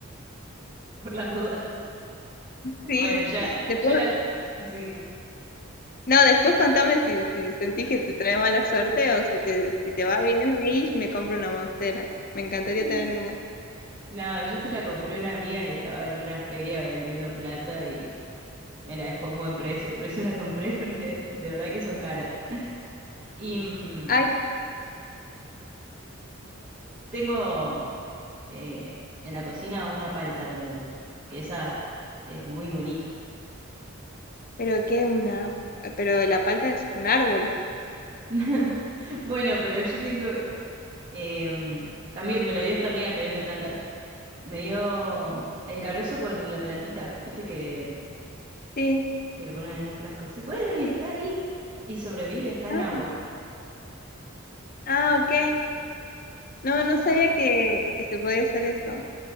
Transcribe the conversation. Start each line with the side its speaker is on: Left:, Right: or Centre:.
Right: Por las dudas.
Left: Sí.
Right: Bueno, ya,
Left: Después,
Right: yo la... Sí.
Left: no, después contame si, si sentís que te trae mala suerte o si te, si te va bien ahí, me compro una monstera. Me encantaría
Right: <laughs>
Left: tener una.
Right: No, yo se la compré a una amiga que estaba en una feria vendiendo plantas y me la dejó a un buen precio. Por eso la compré, <laughs> porque de verdad que son caras. Y mm,
Left: Ay,
Right: tengo eh, en la cocina una palta también, que esa es muy bonita.
Left: pero qué una, pero la palta es un árbol.
Right: <laughs> Bueno, pero yo tengo... eh, también me lo dio esta amiga que vende plantas. Me dio el carozo con la plantita, viste que
Left: Sí.
Right: que le ponen en un frasco así. Bueno, y está ahí. Y sobrevive, está en
Left: ah
Right: agua.
Left: Ah, ok. No,
Right: Yo sup-
Left: no sabía que, que se podía hacer eso.